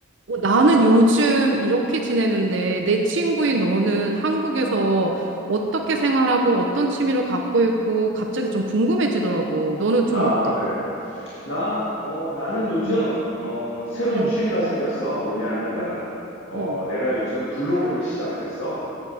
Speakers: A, on the right; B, on the left.
A: 어, 나는 요즘 이렇게 지내는데 내 친구인 너는 한국에서 어떻게 생활하고 어떤 취미를 갖고 있고 갑자기 좀 궁금해지더라고. 너는 좀
B: 아,
A: 어때?
B: 그래. 나, 어, 나는 요즘,
A: 응,
B: 어, 새로운
A: 응.
B: 취미가 생겼어. 뭐냐 하면은, 어,
A: 어,
B: 내가 요즘 블로그를 시작을 했어.